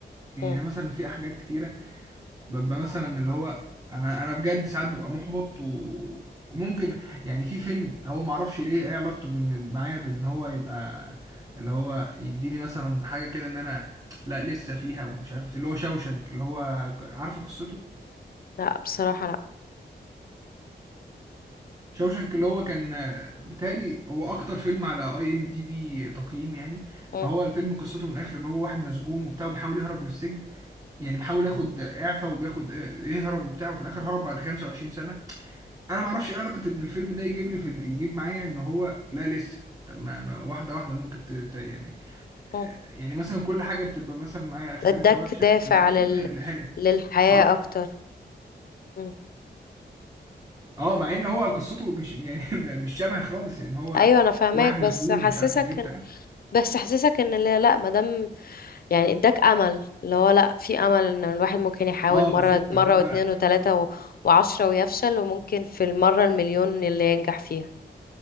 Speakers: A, on the right; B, on the left.
A: يعني
B: مم.
A: مثلا في حاجات كتيرة بابقى مثلا اللي هو أنا أنا بجد ساعات بابقى مُحبَط و وممكن يعني في فيلم هو ما أعرفش ليه إيه علاقته بإن معايا بإن هو يبقى اللي هو يدّيني مثلا حاجة كده إن أنا لأ لسه فيها ومش عارف إيه، اللي هو Shawshank اللي هو ك عارفة قصته؟
B: لا بصراحة لا
A: Shawshank اللي هو كان بيتهيأ لي هو أكتر فيلم على IMDb تقييم يعني،
B: مم.
A: فهو الفيلم قصته من الآخر إن هو واحد مسجون وبتاع وبيحاول يهرب من السجن، يعني بيحاول ياخد إعفا وبياخد آآ يهرب وبتاع وفي الآخر هرب بعد 25 سنة انا ما اعرفش ايه علاقه ان الفيلم ده يجيب لي في يجيب معايا ان هو لا لسه طب ما, ما واحده واحده ممكن ت... ت... يعني
B: مم.
A: يعني مثلا كل حاجه بتبقى مثلا معايا اخرتها
B: اداك
A: وحشه
B: دافع
A: لا يا
B: لل
A: عم هانت
B: للحياة
A: عرف-
B: اكتر مم.
A: اه مع ان هو قصته مش يعني <laughs> مش شبه خالص يعني هو
B: ايوه انا فاهماك
A: واحد مسجون
B: بس حسسك
A: ومش عارف ايه وبتاع
B: ان بس حسسك ان لا لا مادام يعني اداك امل اللي هو لا في امل ان الواحد ممكن يحاول
A: اه بالظبط
B: مرة مرة
A: اللي هو
B: واتنين وتلاتة و... وعشرة ويفشل وممكن في المرة المليون اللي ينجح فيها